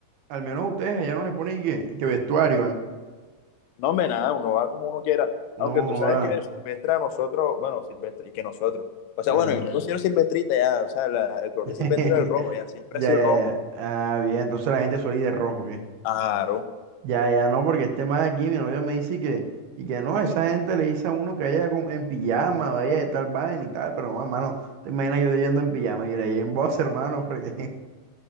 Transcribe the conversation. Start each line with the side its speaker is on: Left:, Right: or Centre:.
Right: Al menos ustedes allá no le ponen y que, y que vestuario, ¿ah?
Left: No, hombre, nada, uno va como uno quiera,
Right: No,
Left: aunque tú sabes
Right: joda.
Left: que Silvestre a nosotros, bueno, Silvestre, y que nosotros, o sea,
Right: Ajá.
Left: bueno, yo me considero silvestrita ya, o sea, la- el color
Right: <laughs>
Left: de Silvestre es el rojo, ya, siempre
Right: Ya,
Left: ha sido
Right: ya,
Left: el rojo.
Right: ya. Ah, bien, entonces la gente suele ir de rojo, ¿qué?
Left: Claro,
Right: Ya, ya, no, porque este más aquí, mi novia me dice que, y que no, esa gente le dice a uno que vaya con- en pijama, vaya de tal vaina y tal, pero, no, mano, te imaginas yo yendo en pijama y iré en voz, hermano, <laughs> porque...